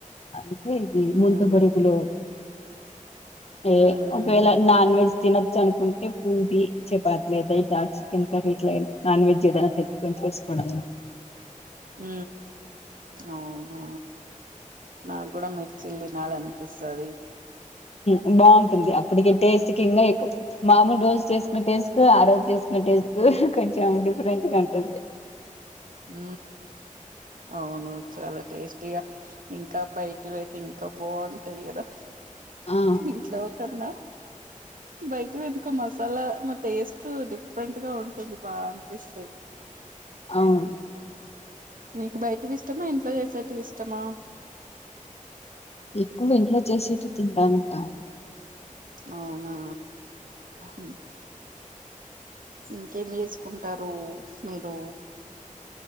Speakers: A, on the left; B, on the right.
A: అంతే ఈ
B: మ్
A: ముంత బరుగ్ లో ఏ
B: మ్
A: ఒకవేళ నాన్ వెజ్ తినొచ్చు అనుకుంటే పూరి చపాతి లేదా చికెన్ కరీ ఇట్లా నాన్ వెజ్ ఏదైనా తెచ్చుకొని చేసుకోడం
B: హ అవున నాకు కూడా మిర్చిల్ తినాలి అనిపిస్తుంది
A: ఉమ్ బాగుంటుంది అప్పటికి టేస్ట్ కింకా ఎక్కు మామూలు రోజు చేసుకునే టేస్ట్ కు ఆ రోజు చేసుకునే టేస్ట్ కు కొంచెం డిఫరెంట్గా ఉంటుంది.
B: హ అవును చాలా టేస్టిగా ఇంకా బయటివి అయితే ఇంకా బాగుంటాయి కదా.
A: ఆ
B: ఇంట్లో కన్నా బైటివి ఎందుకో అలా టేస్ట్ డిఫరెంట్ గా ఉంటుంది బా అనిపిస్తాయి
A: అవును
B: మీకు బయట ఇష్టమా ఇంట్లో చేసేట్వి ఇష్టమా.
A: ఎక్కువ ఇంట్లో చేసేటివి తింట ఇక
B: అవునా మ్ ఇంకేం చేసుకుంటారు మీరు